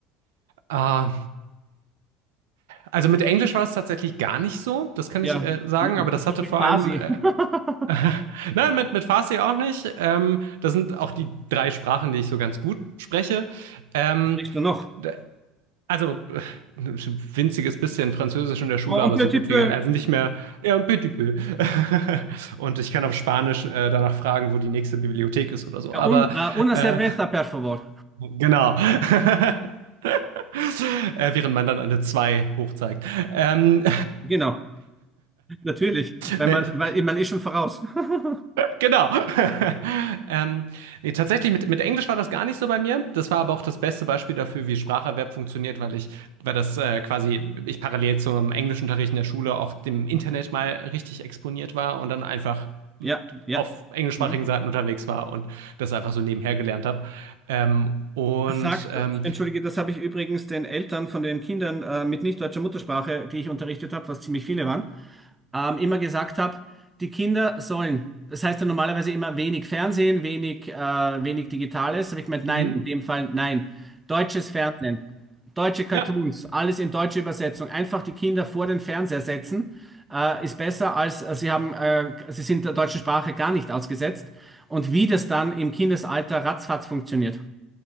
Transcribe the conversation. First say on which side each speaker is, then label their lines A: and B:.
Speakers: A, on the right; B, on the right.
A: Ah, also mit Englisch war es tatsächlich gar nicht so, das kann
B: Ja,
A: ich äh, sagen,
B: mit-
A: aber das hatte
B: ich bin
A: vor
B: quasi.
A: allem, äh,
B: <laughs>
A: <laughs> nein, mit, mit Farsi auch nicht. Ähm, das sind auch die drei Sprachen, die ich so ganz gut spreche. Ähm,
B: Riechst du noch?
A: d- also <laughs> äh, ein winziges bisschen Französisch in der Schule,
B: Oh,
A: aber
B: Und petit
A: so gut
B: peu.
A: wie gar nicht. Also nicht mehr, ja, un petit peu. <laughs> Und ich kann auf Spanisch äh, danach fragen, wo die nächste Bibliothek ist oder so.
B: Äh,
A: Aber
B: äh, Un, äh, una
A: äh,
B: cerveza, per favor.
A: genau. <laughs> <laughs> äh, während man dann eine zwei hochzeigt. Ähm,
B: Genau, natürlich. Wenn
A: <laughs> nee,
B: man,
A: ich,
B: weil man ist schon voraus. <laughs>
A: genau. <laughs> ähm, nee, tatsächlich, mit, mit Englisch war das gar nicht so bei mir. Das war aber auch das beste Beispiel dafür, wie Spracherwerb funktioniert, weil ich, weil das äh, quasi, ich parallel zum Englischunterricht in der Schule auch dem Internet mal richtig exponiert war und dann einfach
B: Ja, ja.
A: auf englischsprachigen
B: Mhm.
A: Seiten unterwegs war und das einfach so nebenher gelernt habe. Ähm, und
B: Das sagt,
A: ähm,
B: entschuldige, das habe ich übrigens den Eltern von den Kindern äh, mit nicht deutscher Muttersprache, die ich unterrichtet habe, was ziemlich viele waren, ähm, immer gesagt habe, die Kinder sollen, das heißt ja normalerweise immer wenig Fernsehen, wenig, äh, wenig Digitales, habe ich gemeint, nein,
A: mhm.
B: in dem Fall nein. Deutsches Fernsehen, deutsche Cartoons,
A: ja,
B: alles in deutsche Übersetzung, einfach die Kinder vor den Fernseher setzen, äh, ist besser als äh, sie haben, äh, sie sind der deutschen Sprache gar nicht ausgesetzt. Und wie das dann im Kindesalter ratzfatz funktioniert.